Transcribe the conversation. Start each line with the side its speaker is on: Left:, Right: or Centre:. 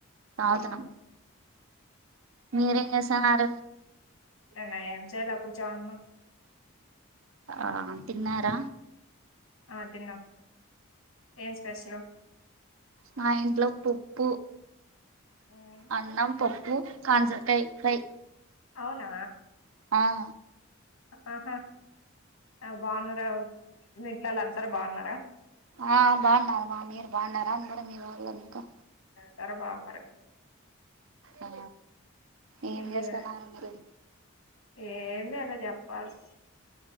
Right: తాగుతున్నాం
Left: ఆ.
Right: మీరేం జేసన్నారు.
Left: అంటే నా ఏం చేలే కూచ్చో నున్నం.
Right: ఆ తిన్నారా
Left: ఆ తిన్న ఏం స్పెషలు.
Right: మా ఇంట్లో పుప్పు.
Left: ఉమ్,
Right: అన్నం పప్పు కాజరకాయ్ ఫ్రై.
Left: అవునా.
Right: ఆ.
Left: ఆహా అ బాగున్నారో మీ ఇంట్లోలందరూ బాగున్నార.
Right: ఆ బాన్నారు మా మీరు బాన్నారా అందరూ మీ వాళ్ళంతా.
Left: సరే పా మరి.
Right: ఆ ఏం
Left: ఇంకే
Right: జేస్తన్నారు మీరు.
Left: ఏం లే ఎమన చెప్పాలే.